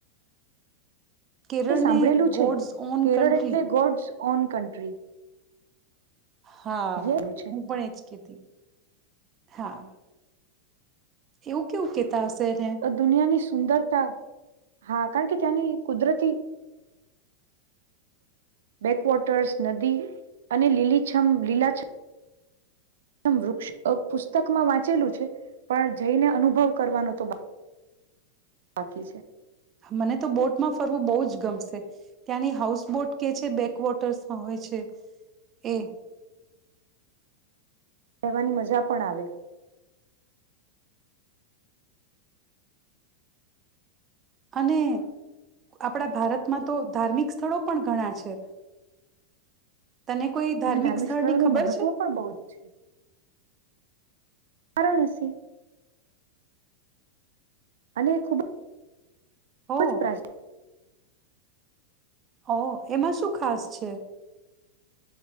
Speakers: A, on the right; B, on the right.
A: કેરળને
B: સાંભળેલું છે
A: ગોડ્સ ઓન
B: કેરળ
A: કન્ટ્રી
B: એટલે ગોડ્સ ઓન કન્ટ્રી.
A: હા
B: યેલું છે
A: હું પણ એજે કેતી હા. એવું કેવું કે કેતાં હશે ને
B: દુનિયાની સુંદરતા. હા કારણ કે ત્યાંની કુદરતી. બેકવોટર્સ નદી અને લીલીછમ લીલાછમ. મ વૃક્ષ પુસ્તકમાં વાંચેલું છે પણ જઈને. અનુભવ કરવાનો તો બા બાકી છે
A: મને તો બોટમાં ફરવું બો જ ગમશે ત્યાંની હાઉસ બોટ કે છે બેકવોટર્સમાં હોય છે એ.
B: કવાની મજા પણ આવે.
A: અને આપણા ભારતમાં તો ધાર્મિક સ્થળો પણ ઘણા છે. તને કોઈ
B: અને ધાર્મિક
A: સ્થળની
B: સ્થળોનું
A: ખબર
B: મહત્વ
A: છે
B: પણ બહુ જ છે. વરાણસી. અને ખૂબ છે
A: ઓ
B: <unintelligible>
A: ઓ એમાં શું ખાસ છે.